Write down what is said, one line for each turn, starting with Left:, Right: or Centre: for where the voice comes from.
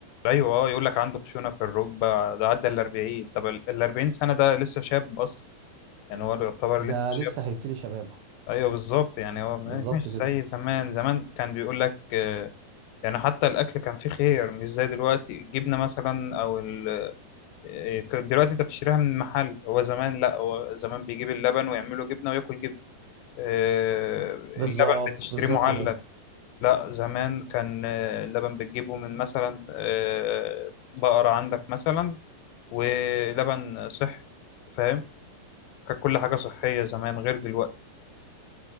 Left: أيوه أه يقول لك عنده خشونة في الركبة ده عدى ال 40 طب ال ال 40 سنة ده لسه شاب أصلا يعني هو يعتبر
Right: ده
Left: لسه شاب
Right: لسه هيبتدي شبابه
Left: أيوه بالظبط يعني هو
Right: بالظبط
Left: مش
Right: كده
Left: زي زمان زمان كان بيقول لك آه، يعني حتى الاكل كان فيه خيار مش زي دلوقتي الجبنه مثلا او ال... إيه، كان دلوقتي انت بتشتريها من محل هو زمان لا هو زمان بيجيب اللبن ويعمله جبنه وياكل جبنه آه، اللبن
Right: بالظبط
Left: بتشتريه
Right: بالظبط
Left: معلب
Right: كده
Left: لا زمان كان آه، اللبن بتجيبه من مثلا آه، بقره عندك مثلا ولبن صحي فاهم كان كل حاجه صحيه زمان غير دلوقتي